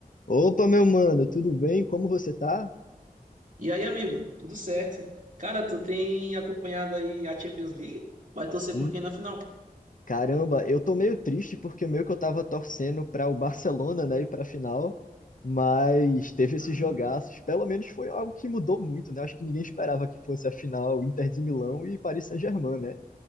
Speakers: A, on the left (about 60°); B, on the right (about 55°).
A: Opa, meu mano, tudo bem? Como você tá?
B: E aí, amigo, tudo certo? Cara, tu tem acompanhado aí a Champions League? Vai torcer
A: Hum,
B: por quem na final?
A: caramba, eu tô meio triste porque meio que eu tava torcendo para o Barcelona, né, ir pra final, mas teve esses
B: Aham.
A: jogaços. Pelo menos foi algo que mudou muito, né? Acho que ninguém esperava que fosse a final Inter de Milão e Paris Saint-Germain, né?